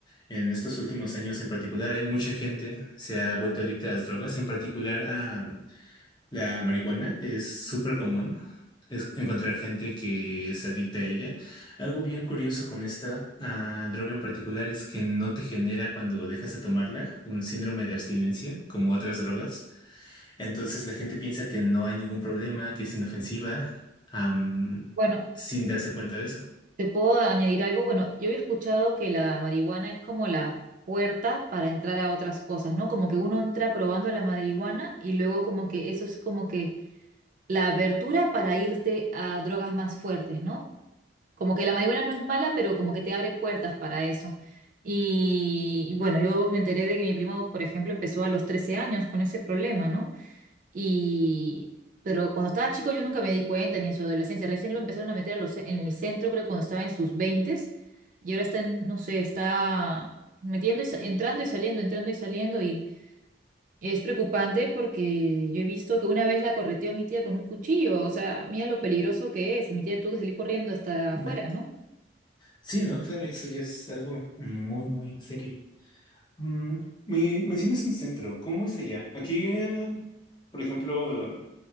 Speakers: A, on the left; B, on the right.
A: En estos últimos años en particular, hay mucha gente se ha vuelto adicta a las drogas, en particular a la marihuana. Es súper común es- encontrar gente que es adicta a ella. Algo bien curioso con esta ah, droga en particular es que no te genera cuando dejas de tomarla un síndrome de abstinencia como otras drogas. Entonces la gente piensa que no hay ningún problema, que es inofensiva, am,
B: Bueno.
A: sin darse cuenta de eso.
B: ¿Te puedo añadir algo? Bueno, yo había escuchado que la marihuana es como la puerta para entrar a otras cosas, ¿no? Como que uno entra probando la marihuana y luego como que eso es como que la abertura para irte a drogas más fuertes, ¿no? Como que la marihuana no es mala, pero como que te abre puertas para eso. Y, y bueno, yo me enteré de que mi primo, por ejemplo, empezó a los 13 años con ese problema, ¿no? Y, pero cuando estaba chico yo nunca me di cuenta, ni en su adolescencia. Recién lo empezaron a meter a los, ce- en el centro, creo, cuando estaba en sus veintes. Y ahora está, en, no sé, está metiendo y sa- entrando y saliendo, entrando y saliendo. Y es preocupante porque yo he visto que una vez la correteó a mi tía con un cuchillo. O sea, mira lo peligroso que es. Y mi tía tuvo que salir corriendo hasta afuera,
A: ve-
B: ¿no?
A: Sí, ¿no? Claro, eso ya es algo muy, muy serio. Mm, me mencionas un centro, ¿cómo es allá? Aquí, eh, por ejemplo, eh,